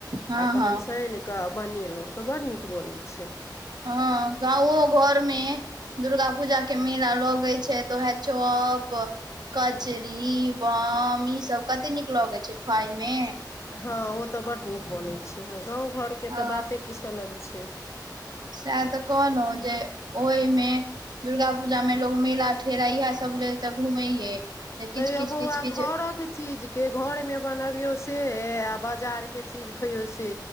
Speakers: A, on the right (about 65°); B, on the left (about 40°).
A: हँ
B: आ तहन
A: हँ
B: साईन कऽ बनेलहुँ तऽ बड़ नीक बनै छै
A: हँ गाँवो घरमे दुर्गा पूजा के मेला लगै छै तऽ उएह चौप कचरी बम ई सब कते नीक लगे छै खाय मे
B: हँ ओ तऽ बड्ड नीक बनैत छै गाँ घरके तऽ
A: अ
B: बाते किछु अलग छै
A: सएह तऽ कहलहुँ जे ओहिमे दुर्गा पूजा मे लोग मेला ठेला इएह सब लेल तऽ घूमैये जे
B: तैयो
A: किछ किछ
B: बौआ
A: किछ किछ
B: घरक चीज के घरमे बनबियौ से आओ बजारके चीज खइयौ से